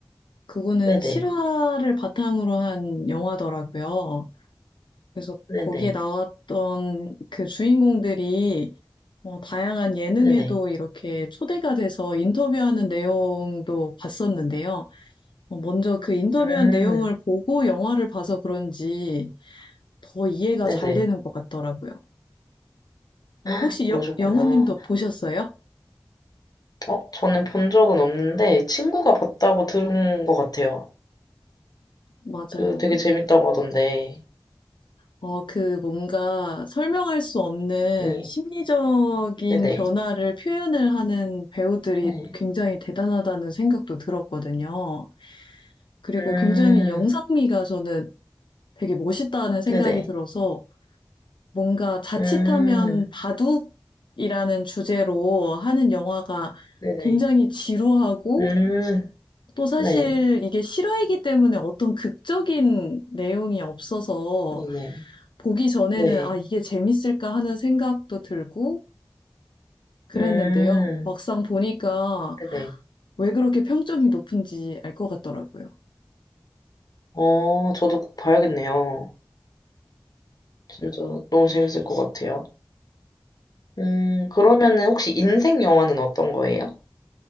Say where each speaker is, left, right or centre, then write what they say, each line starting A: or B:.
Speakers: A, on the left; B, on the left.
A: 그거는
B: 네네.
A: 실화를 바탕으로 한 영화더라고요. 그래서
B: 네네.
A: 거기에 나왔던 그 주인공들이 어, 다양한 예능에도
B: 네네.
A: 이렇게 초대가 돼서 인터뷰하는 내용도 봤었는데요. 어, 먼저 그 인터뷰한
B: 음,
A: 내용을 보고 영화를 봐서 그런지 더 이해가
B: 네네.
A: 잘 되는 것 같더라고요. 어,
B: 헉,
A: 혹시
B: 그러셨구나.
A: 여, 영은님도 보셨어요?
B: 어, 저는 본 적은 없는데, 친구가 봤다고 들은 것 같아요.
A: 맞아요.
B: 그 되게
A: 그,
B: 재밌다고 하던데.
A: 어, 그 뭔가 설명할 수 없는
B: 네.
A: 심리적인
B: 네네.
A: 변화를 표현을 하는 배우들이
B: 네.
A: 굉장히 대단하다는 생각도 들었거든요. 그리고
B: 음,
A: 굉장히 영상미가 저는 되게 멋있다는 생각이
B: 네네.
A: 들어서 뭔가 자칫하면
B: 음,
A: 바둑이라는 주제로 하는 영화가
B: 네네.
A: 굉장히 지루하고
B: 음,
A: 또 사실
B: 네.
A: 이게 실화이기 때문에 어떤 극적인 내용이 없어서
B: 네네.
A: 보기 전에는
B: 네.
A: 아, 이게 재밌을까 하는 생각도 들고 그랬는데요.
B: 음,
A: 막상 보니까
B: 네네.
A: 왜 그렇게 평점이 높은지 알 것 같더라고요.
B: 어, 저도 꼭 봐야겠네요. 진짜 너무 재밌을 것 같아요. 음, 그러면은 혹시 인생 영화는 어떤 거예요?